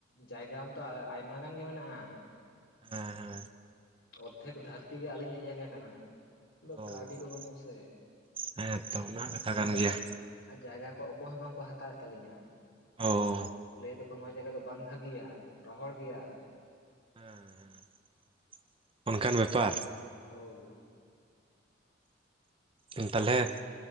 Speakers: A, on the left; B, on the right.
A: ᱡᱟᱭᱜᱟ ᱢᱟᱛᱚ ᱟᱭᱢᱟ ᱜᱟᱱ ᱜᱮ ᱢᱮᱱᱟᱜᱼᱟ᱾
B: ᱦᱮᱸ ᱦᱮᱸ
A: ᱚᱨᱫᱷᱮᱠ ᱫᱷᱟᱹᱨᱛᱤ ᱜᱮ ᱟᱹᱞᱤᱧᱟᱜ ᱡᱟᱭᱜᱟ ᱠᱟᱱᱟ᱾ ᱫᱚ
B: ᱚ
A: ᱠᱟᱹᱣᱰᱤ ᱠᱚ ᱵᱟᱹᱱᱩᱜ ᱟ ᱥᱮ
B: ᱦᱮᱸ ᱛᱚ ᱚᱱᱟ ᱠᱟᱛᱷᱟ ᱠᱟᱱ
A: ᱟᱡᱼᱼ
B: ᱜᱮᱭᱟ
A: ᱟᱨ ᱡᱟᱭᱜᱟ ᱠᱚ ᱚᱠᱚᱭ ᱦᱚᱸ ᱵᱟᱝᱠᱚ ᱦᱟᱛᱟᱣ ᱮᱫ ᱛᱟᱹᱞᱤᱧᱟ᱾
B: ᱚ
A: ᱞᱟᱹᱭ ᱫᱟᱠᱚ ᱱᱚᱣᱟ ᱡᱟᱭᱜᱟ ᱫᱚ ᱵᱟᱝ ᱵᱷᱟᱹᱜᱮᱭᱟ ᱨᱚᱦᱚᱲ ᱜᱮᱭᱟ᱾
B: ᱦᱮᱸ ᱦᱮᱸ ᱚᱱᱠᱟᱱ ᱵᱮᱯᱟᱨ᱾
A: ᱦᱳᱭ
B: ᱚ ᱛᱟᱦᱚᱞᱮ